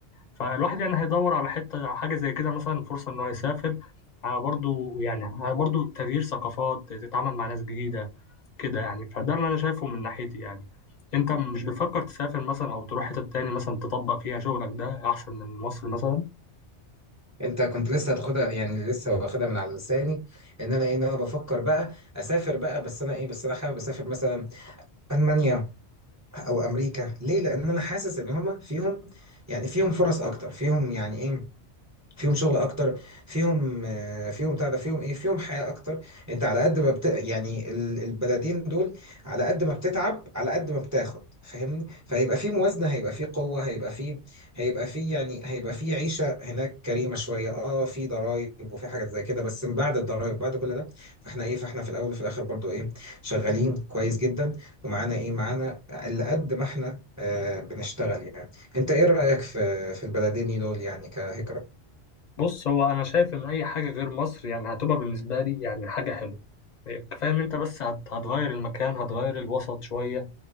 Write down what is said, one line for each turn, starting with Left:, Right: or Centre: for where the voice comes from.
Left: فالواحد يعني هيدور على حته حاجه زي كده مثلا فرصه ان هو يسافر ع- برضو يعني ع- برضو تغيير ثقافات تتعامل مع ناس جديده كده يعني فده اللي انا شايفه من ناحيتي يعني انت مش بتفكر تسافر مثلا او تروح حته تاني مثلا تطبق فيها شغلك ده احسن من مصر مثلا
Right: أنت كنت لسه هتاخدها يعني لسه واخدها من على لساني إن أنا إيه إن أنا بفكر بقى أسافر بقى بس أنا إيه بس أنا حابب أسافر مثلا ألمانيا أو أمريكا ليه؟ لأن أنا حاسس إن هما فيهم يعني فيهم فرص أكتر فيهم يعني إيه فيهم شغل اكتر فيهم آه، فيهم بتاع ده فيهم ايه فيهم حياه اكتر انت على قد ما بت... يعني ال- البلدين دول على قد ما بتتعب على قد ما بتاخد فاهمني فهيبقى في موازنه هيبقى في قوه هيبقى في هيبقى في يعني هيبقى في عيشه هناك كريمه شويه اه في ضرائب وفي حاجات زي كده بس من بعد الضرائب بعد كل ده فاحنا ايه فاحنا في الاول وفي الاخر برضو ايه شغالين كويس جدا ومعانا ايه معانا اللي قد ما احنا آه بنشتغل يعني انت ايه رايك في في البلدين دول يعني كهجره
Left: بص هو انا شايف ان اي حاجه غير مصر يعني هتبقى بالنسبه لي يعني حاجه حلوه إيه، كفايه ان انت بس هت- هتغير المكان هتغير الوسط شويه